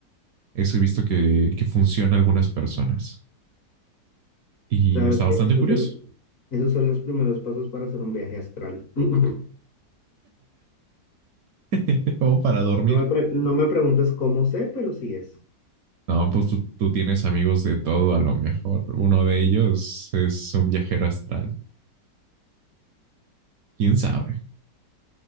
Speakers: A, on the right; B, on the left.
A: Eso he visto que, que funciona a algunas personas y
B: ¿Sabes
A: está bastante
B: qué? Eso
A: curioso.
B: es el- Esos son los primeros pasos para hacer un viaje astral. <clears throat> <laughs>
A: <laughs> Como para dormir.
B: No me, pre- no me preguntes cómo sé, pero sí es.
A: No, pues tú, tú tienes amigos de todo, a lo mejor. Uno de ellos es un viajero astral. ¿Quién sabe?